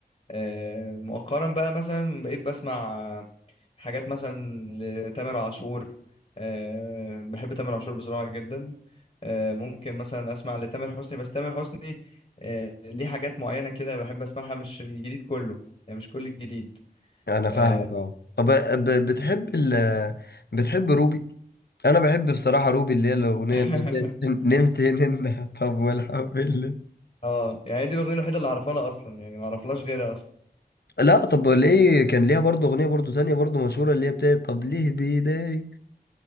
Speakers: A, on the left; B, on the left.
A: آه مؤخرا بقى مثلا بقيت بسمع حاجات مثلا لتامر عاشور أه بحب تامر عاشور بصراحة جدا أه ممكن مثلا أسمع لتامر حسني بس تامر حسني أه ليه حاجات معينة كده بحب أسمعها مش الجديد كله يعني مش كل الجديد
B: انا
A: اه
B: فاهمك اه طب آه، ب- بتحب ال بتحب روبي انا بحب بصراحه روبي اللي هي الاغنيه
A: <laughs>
B: اللي هي بتاعت نمت هنا <laughs> طب والحمد لله
A: آه، يعني دي الأغنية الوحيدة اللي أعرفها لها أصلا يعني ما أعرفلهاش غيرها أصلا
B: لا طب ليه كان ليها برضه اغنيه برضه تانية برضه مشهوره اللي هي بتاعت طب ليه بيداري